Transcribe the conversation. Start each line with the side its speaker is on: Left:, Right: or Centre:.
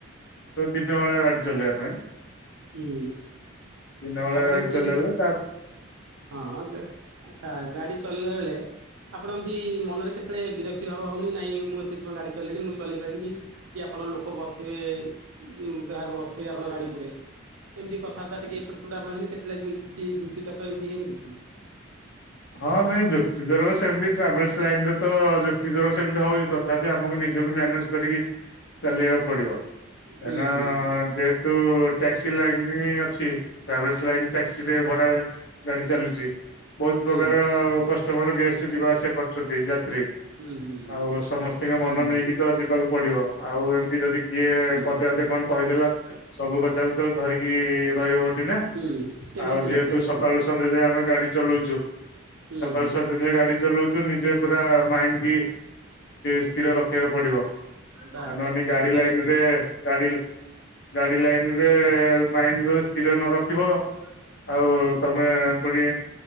Left: ଦିନ ବଳା ଗାଡି ଚଲେଇବା ପାଇଁ
Right: ହୁଁ
Left: ଦିନ ବେଳା
Right: ଆପଣ
Left: ଗାଡି
Right: ଏମତି
Left: ଚଲେଇଲେ ତା
Right: ହଁ ଦେ ଆଛା ଗାଡି ଚଲେଇଲା ବେଳେ ଆପଣ ଏମତି ମନରେ କେତେବେଳେ ବିରକ୍ତି ଭାବ ହଉନି ନାଇଁ ମୁଁ ଏତେ ସମୟ ଗାଡି ଚଲେଇଲିଣି ମୁଁ ଚଲେଇ ପାରିବି କି ଆପଣଲୋକ ଲୋକ ବସିଥିବେ ଯୋଉ ଗ୍ରାହକ ବସିଥିବେ ଆପଣଙ୍କ ଗାଡି ଭିତରେ ଏମିତି କଥାବାର୍ତ୍ତା ଟିକେ ଏପଟେ ସେପଟ ଆପଣ ହେଇନି କେତେବେଳେ କିଛି ଯୁକ୍ତି ତର୍କ ଏମିତି ହେଇନି କିଛି?
Left: ହଁ ନାଇଁ ଯୁକ୍ତିତର୍କ ସେମିତି ଟ୍ରାଭେଲସ ଲାଇନରେ ତ ଯୁକ୍ତିତର୍କର ସେମିତି ହଉଛି। ତଥାପି ଆମକୁ ନିଜକୁ ମ୍ୟାନେଜ କରିକି ଚାଲିବାକୁ ପଡିବ। କାହିଁନା
Right: ହୁଁ ହୁଁ ହୁଁ
Left: ଯେହେତୁ ଟ୍ୟାକ୍ସି ଲାଇନ ଅ ଛି ଟ୍ରାଭେଲ୍ସ ଲାଇନ୍ ଟାକ୍ସିରେ ଭଡାରେ ଗାଡି ଚାଲୁଛି ବହୁତ
Right: ହୁଁ
Left: ପ୍ରକାର କଷ୍ଟ୍ ତମର ଗେଷ୍ଟ ଯିବା ଆସିବା କରଛନ୍ତି ଯାତ୍ରୀ
Right: ହୁଁ ହୁଁ
Left: ଆଉ ସମସ୍ତିଙ୍କ
Right: ହୁଁ
Left: ମନ ନେଇକି
Right: ହୁଁ ହୁଁ
Left: ତ ଯିବାକୁ ପଡିବ। ଆଉ ଏମିତି ଯଦି କିଏ
Right: ହୁଁ
Left: ପଦେ ପଦେ କଣ କହିଥିଲା ସବୁ କଥାକୁ ତ ଧରିକି ରହିବ ଦନା
Right: ହୁଁ ସେଇଟା
Left: ଆଉ
Right: ଠିକ୍
Left: ଯେହେତୁ
Right: ସେଇଟା
Left: ସକାଳୁ
Right: ଠିକ୍
Left: ସନ୍ଧ୍ୟା ଯାଏ ଆମେ ଗାଡି ଚଲଉଚୁ
Right: ହୁଁ
Left: ସକାଳୁ
Right: ହୁଁ।
Left: ସଜ ଗାଡି ଚଲଉଛୁ ନିଜେ ପୁରା ମାଇଣ୍ଡ କି ସ୍ଥିର ର ଦେଖକୁ ପଡିବ
Right: ବାସ୍
Left: ଆଉ ନହେନି
Right: ବାସ୍
Left: ଗାଡି
Right: ସେଇଟା
Left: ଲାଇନ
Right: ଠିକ୍
Left: ରେ ଗାଡି ଗାଡି ଲାଇନ ରେ ମାଇଣ୍ଡ ରୋହୁ ସ୍ଥିର ନ ରଖିବ ଆଉ ତମେ ପୁଣି